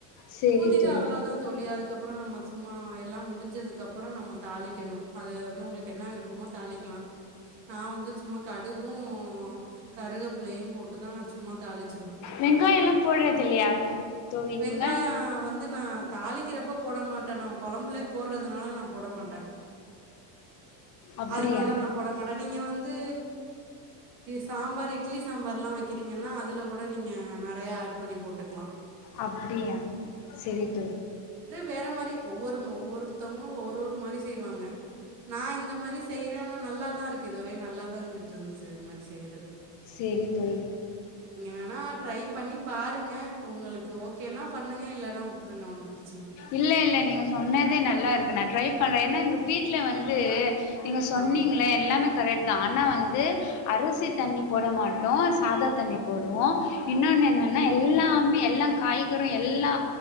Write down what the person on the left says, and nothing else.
சேரி
தோழி
வெங்காயொ எல்லா போடறது இல்லையா தோழி
நீங்க
அப்டியா
அப்படியா செரி தோ
சேரி தோழி
இல்ல இல்ல நீங்க சொன்னேத் அதே நல்லா இருக்கு நா ட்ரை பண்ணே ஏன்னா எங்க வீட்ல வந்து நீங்க சொன்னீங்களே
எல்லாமேக் கரெட் தா ஆனா வந்து அரிசி தண்ணி போட மாட்டோ சாதா தண்ணி போடுவோ இன்னோனு என்னன்னா எல்லாமே எல்லா காய்கறோ எல்லா